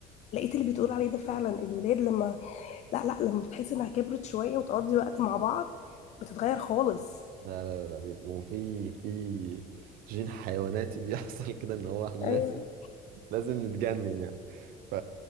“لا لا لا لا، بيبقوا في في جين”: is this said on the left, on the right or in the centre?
Right